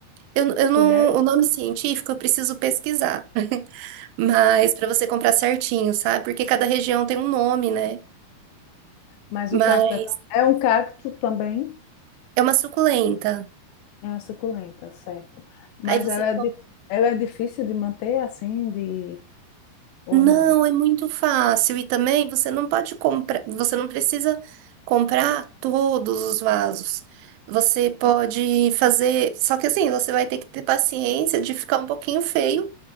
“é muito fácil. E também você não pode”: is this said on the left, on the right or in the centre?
Right